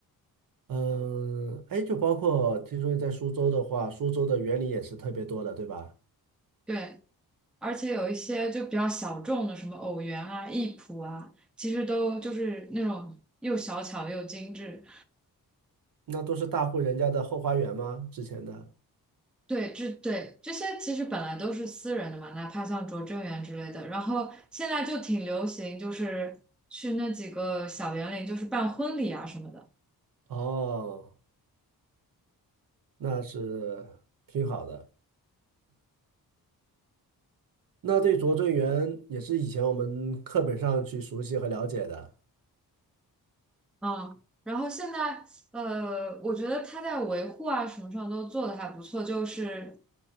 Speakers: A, on the right (about 65°); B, in the centre.
A: 嗯，哎，就包括听说你在苏州的话，苏州的园林也是特别多的，对吧？
B: 对，而且有一些就比较小众的，什么偶园啊、艺圃啊，其实都就是那种又小巧又精致。
A: 那都是大户人家的后花园吗？之前的？
B: 对，这对这些其实本来都是私人的嘛，哪怕像拙政园之类的，然后现在就挺流行，就是去那几个小园林，就是办婚礼啊什么的。
A: 哦，那是挺好的。那对拙政园也是以前我们课本上去熟悉和了解的。
B: 嗯，然后现在，呃，我觉得他在维护啊什么上都做的还不错，就是